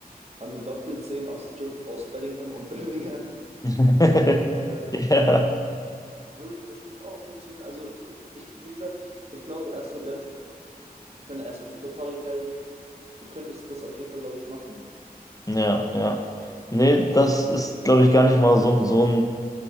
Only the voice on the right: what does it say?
Aber mit Doppelzehn aus, Ju- aus Bellingham und <laughs> Bellingham
äh,
würde bestimmt auch funktionieren. Also ich, wie gesagt, ich glaube, er ist so der, ich meine, er ist auch super torgefährlich. Du könntest das auf jeden Fall, glaube ich, machen.